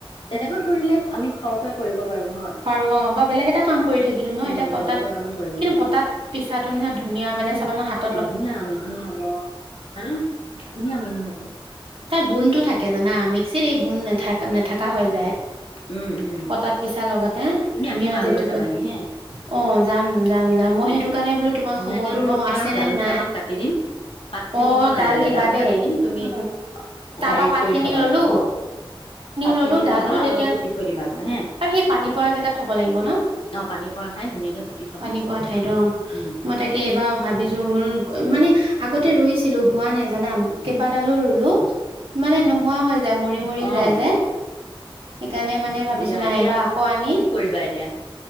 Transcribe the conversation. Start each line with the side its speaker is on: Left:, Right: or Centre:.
Left: তেনেকৈ কৰিলে আমি খৰকৈ কৰিব পাৰো হয়
Right: বাৰু অ', বা বেলেগ এটা কাম কৰি থাকিলো ন
Left: উম
Right: এতিয়া পতাত
Left: বেলেগ এটা কামো কৰিব
Right: কিন্তু
Left: পাৰি
Right: পতাত পিছাটো নিচিনা ধুনীয়া মানে চাবাচোন হাত
Left: অ', ধুনীয়া মিহি হ'ব হয়নে? ধুনীয়া মিহি হ'ব।
Right: তাৰ গুণটো থাকে জানা মিক্সিত এই গুণ নেথাক-নেথাকা হৈ যায়।
Left: উম উম
Right: পটাত পিছা লগত <unintelligible>
Left: তুমি
Right: ধুনীয়া
Left: আহিবা
Right: জেতুকা।
Left: লৈ যাবাহি হে
Right: অ', যাম-যাম-যাম মই
Left: উম
Right: সেইটো কাৰণে বোলো তোমাৰ
Left: ধুনীয়াকে
Right: খবৰটো
Left: মই
Right: লওঁ আছে
Left: বাৰু
Right: নে
Left: ডাল দুটামান
Right: নাই?
Left: কাটি দিম পাত ছিঙিব
Right: অ', অ',
Left: নালাগে
Right: ডাল দিবা দেই
Left: কাটি দিম তুমি
Right: উম। তাৰ
Left: হেৰি
Right: পৰা পাত
Left: কৰি
Right: খিনি
Left: থবাগৈ
Right: ললো
Left: অহ, পাত
Right: ললো
Left: খিনিও
Right: ডালটো
Left: লবা
Right: তেতিয়া
Left: আৰু পুতি থৈ দিবাগৈ হে?
Right: আৰু সেই পানী পৰা থব লাগিব ন?
Left: অ পানী পৰা ঠাইত ধুনীয়াকে পুতি থবা
Right: পানী পোৱা ঠাইত অ',
Left: উম
Right: মই তাকে এইবাৰ ভাবিছো বোলো মানে আগতে ৰুইছিলোঁ হোৱা নাই জানা, কেইবাডালো ৰুলোঁ মানে নোহোৱা হৈ যায় মৰি, মৰি যায়
Left: অ
Right: যে। সেইকাৰণে মানে ভাবিছো
Left: দিয়া
Right: নাইবা
Left: এতিয়া
Right: আকৌ আনি
Left: কি কৰিবা এতিয়া